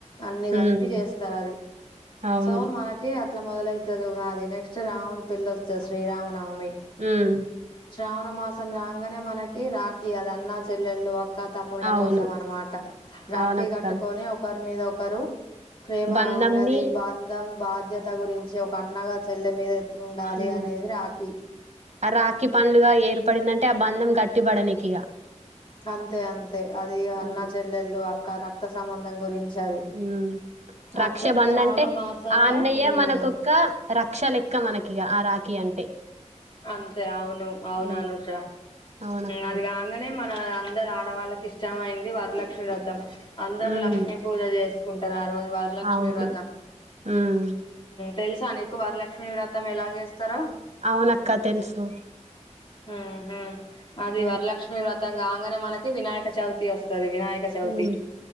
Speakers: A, on the left; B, on the right.
A: అన్ని కలిపి
B: ఉమ్
A: చేస్తారు అది
B: అవును
A: సో మనకి అట్లా మొదలైతది ఉగాది నెక్స్ట్ రాముడు పెళ్లి వస్తది శ్రీరామ నవమి
B: ఉమ్
A: శ్రావణ మాసం రాంగానే మనకి రాకి అది అన్నా చెల్లెళ్ళు ఒక్క తమ్ముళ్ల
B: అవును
A: కోసం అనమాట రాఖీ
B: అవునక్క
A: కట్టుకోని ఒకరి మీద ఒకరు ప్రేమ
B: బంధంని
A: ఉన్నది బంధం బాధ్యత గురించి ఒక అన్నగా చెల్లె మీద ట్లుండాలి
B: ఉమ్
A: అనేది రాఖీ
B: ఆ రాఖీ పండుగ ఏర్పడిందంటే ఆ బంధం గట్టిబడనికిగా
A: అంతే అంతే అది అన్న
B: ఉమ్
A: చెల్లెళు అక్క రక్త సంబంధం గురించి అది
B: మ్మ్ రక్ష
A: అట్లనే
B: బంధ్
A: శ్రావణ
B: అంటే
A: మాసంలో
B: ఆ అన్నయ్య
A: ఉమ్
B: మనకొక్క రక్ష లెక్క మనకిక ఆ రా కి అంటే
A: అంతే అవును అవును
B: ఉమ్
A: అనూషా
B: అవునక్క
A: అదిగాంగనే మన అందరు ఆడవాళ్ళకి ఇష్టమయింది వరలక్ష్మి వ్రతం అందరు
B: ఉమ్
A: లక్ష్మీ పూజ చేస్ రోజు వరలక్ష్మీ
B: అవును
A: వ్రతం
B: ఉమ్
A: తెలుసా నీకు వరలక్ష్మి వ్రతం ఎలా చేస్తారో
B: అవునక్క తెలుసు
A: ఉహు అది
B: ఉమ్
A: వరలక్ష్మి వ్రతం కంగానే మనకి వినాయక చవితి వస్తుం స్తది వినాయక చవితి
B: ఉమ్